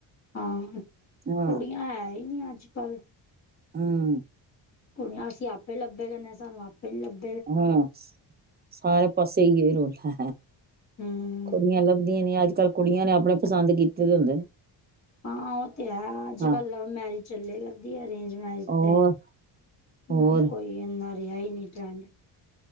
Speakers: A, on the left; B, on the right.
A: ਹਾਂ
B: ਹਾਂ
A: ਕੁੜੀਆਂ ਹੈ ਹੀ ਨਹੀਂ ਅੱਜ ਕੱਲ।
B: ਹਮ।
A: ਕੁੜੀਆਂ ਅਸੀ ਆਪੇ ਲੱਭਦੇ ਰਹੇ ਨੇ ਸਾਨੂੰ ਆਪੇ ਨੀ ਲੱਭ
B: ਹੂੰ ਸਾਰੇ ਪਾਸੇ ਓਹੀਓ ਹੀ ਰੋਲਾ।
A: ਹੂੰ
B: ਕੁੜੀਆਂ ਲੱਭਦੀਆਂ ਨੇ ਅੱਜ ਕੱਲ ਕੁੜੀਆਂ ਨੇ ਆਪੇ ਪਸੰਦ ਕੀਤੇ ਦੇ ਹੁੰਦੇ ਨੇ।
A: ਹਾਂ ਉਹ ਤੇ ਹੈ ਅੱਜ
B: ਹਾਂ
A: ਕੱਲ ਲਵ ਮੈਰਿਜ ਚੱਲੇ ਲਗਦੀ ਏ, ਅਰੇਂਜ ਮੈਰਿਜ
B: ਔਰ
A: ਤੇ ਹੂੰ
B: ਹੋਰ
A: ਕੋਈ ਇੰਨਾ ਰਿਹਾ ਹੀ ਨਹੀਂ ਟਰੈਂਡ।